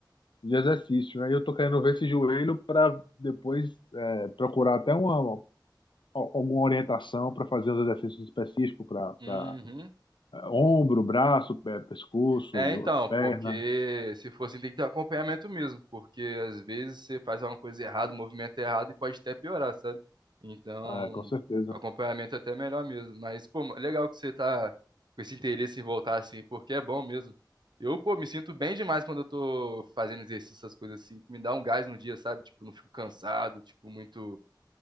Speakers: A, on the left; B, on the right.
A: de exercício, né? E eu tô querendo ver esse joelho para depois é, procurar até uma, al- alguma orientação para fazer os exercícios específicos para
B: uhum.
A: ombro, braço, pé, pescoço,
B: É,
A: jo-
B: então,
A: perna,
B: porque se for assim, tem que ter acompanhamento mesmo, porque às vezes você faz alguma coisa errada, um movimento errado e pode até piorar, sabe? Então,
A: é, com certeza.
B: com acompanhamento é até melhor mesmo. Mas, pô, legal que você tá com esse interesse em voltar assim, porque é bom mesmo. Eu, pô, me sinto bem demais quando eu tô fazendo exercício, essas coisas assim, que me dá um gás no dia, sabe? Tipo, não fico cansado, tipo, muito,